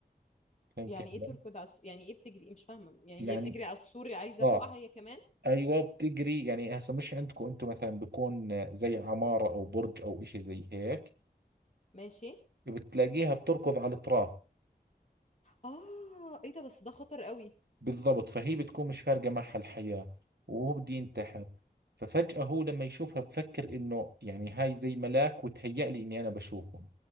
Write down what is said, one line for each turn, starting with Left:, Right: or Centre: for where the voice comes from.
Right: فهمت
Left: يعني
Right: علي؟
Left: ايه تركض على الس- يعني ايه بتجري مش فاهمة يعني
Right: يعني
Left: هي بتجري على السور عايزة
Right: اه
Left: تقع هي كمان
Right: ايوه بتجري يعني هسه مش عندكم انتم مثلا بيكون آه، زي عماره او برج او اشي زي هيك
Left: ماشي
Right: بتلاقيها بتركض على الاطراف
Left: اه ايه ده بس ده خطر قوي
Right: بالضبط فهي بتكون مش فارقه معها الحياه وهو بده ينتحر ففجأة هو لما يشوفها بفكر إنه يعني هاي زي ملاك وتهيأ لي إني أنا بشوفه